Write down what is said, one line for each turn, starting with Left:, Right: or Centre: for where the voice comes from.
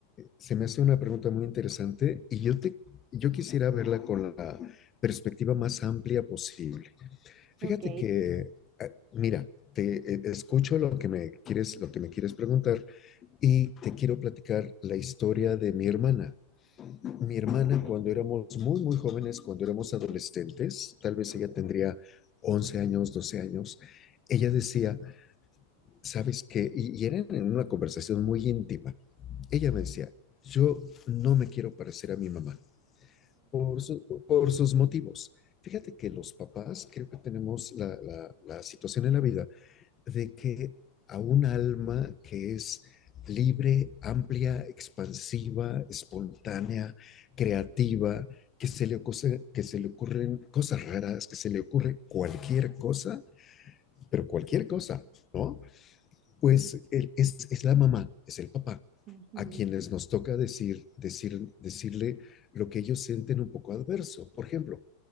Left: se me hace una pregunta muy interesante y yo te, yo quisiera verla con la perspectiva más amplia posible. Fíjate
Right: Ok,
Left: que, eh, mira, te eh, escucho lo que me quieres, lo que me quieres preguntar y te quiero platicar la historia de mi hermana. Mi hermana,
Right: excelente.
Left: cuando éramos muy, muy jóvenes, cuando éramos adolescentes, tal vez ella tendría 11 años, 12 años, ella decía, ¿sabes qué? Y, y era en una conversación muy íntima. Ella me decía, yo no me quiero parecer a mi mamá por, su- por sus motivos. Fíjate que los papás creo que tenemos la, la la situación en la vida de que a un alma que es libre, amplia, expansiva, espontánea, creativa, que se le, ocurre, que se le ocurren cosas raras, que se le ocurre cualquier cosa, pero cualquier cosa, ¿no? Pues el, es, es la mamá, es el papá,
Right: Ujú,
Left: a
Right: ujú,
Left: quienes nos toca decir, decir, decirle lo que ellos sienten un poco adverso. Por ejemplo,